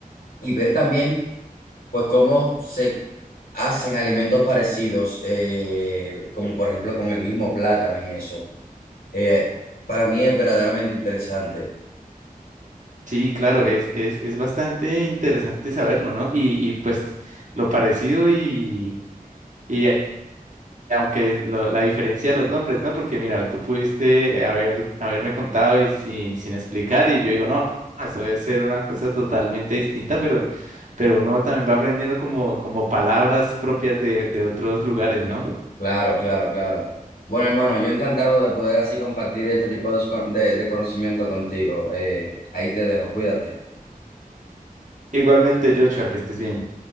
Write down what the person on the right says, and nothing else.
Sí, claro, es, es, es bastante interesante saberlo, ¿no? Y, y pues lo parecido y... y aunque lo- la diferencia de los nombres, ¿no? Porque mira, tú pudiste haber, haberme contado y sin, sin explicar y yo digo, no, eso debe ser una cosa totalmente distinta, pero, pero uno también va aprendiendo como, como palabras propias de, de otros lugares, ¿no?
Igualmente, Joshua, que estés bien.